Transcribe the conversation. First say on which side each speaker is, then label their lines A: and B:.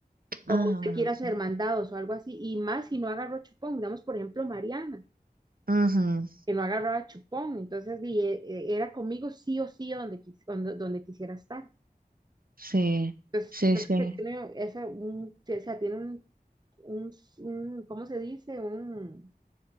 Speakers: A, on the right (about 65°); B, on the right (about 25°).
A: Ah,
B: Usted
A: bueno,
B: quiere hacer
A: sí.
B: mandados o algo así, y más si no agarró chupón, digamos, por ejemplo, Mariana,
A: Ujú,
B: que no agarraba chupón, entonces di, eh, era conmigo sí o sí donde, quis- donde, donde quisiera estar.
A: Sí,
B: Entonces,
A: sí,
B: yo
A: sí.
B: creo que tiene, esa, un, o sea, tiene un, un, un- ¿cómo se dice? Un...